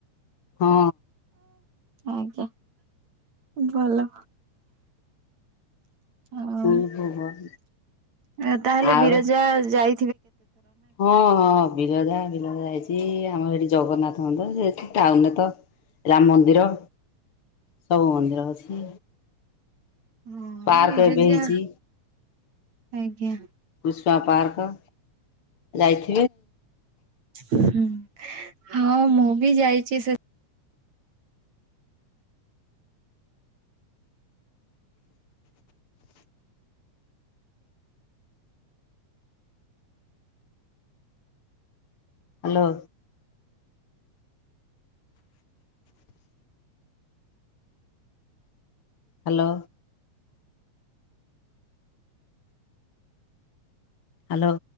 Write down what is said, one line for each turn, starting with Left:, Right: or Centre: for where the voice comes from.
Left: ହଁ।
Right: ଆଜ୍ଞା, ଭଲ। ଆଉ
Left: ମୁଁ ବି ଭୁବନ
Right: ଅ, ତାହେଲେ
Left: ଆଉ
Right: ବିରଜା ଯାଇ
Left: ହଁ ହଁ ବିରଜା ବିରଜା ଯାଇଛି। ଆମର ସେଠି ଜଗନ୍ନାଥ ମନ୍ଦିର, ସେଠି ଟାଉନ୍ ରେ ତ ରାମ ମନ୍ଦିର। ସବୁ ମନ୍ଦିର ଅଛି।
Right: ହଁ
Left: ପାର୍କ
Right: ବିରଜା
Left: ଏବେ ହେଇଚି।
Right: ଆଜ୍ଞା।
Left: କୁସୁଆ ପାର୍କ ଯାଇଥି
Right: ହୁଁ, ହଁ ମୁଁ ବି ଯାଇଚି ସେ
Left: ହାଲୋ। ହାଲୋ। ହାଲୋ।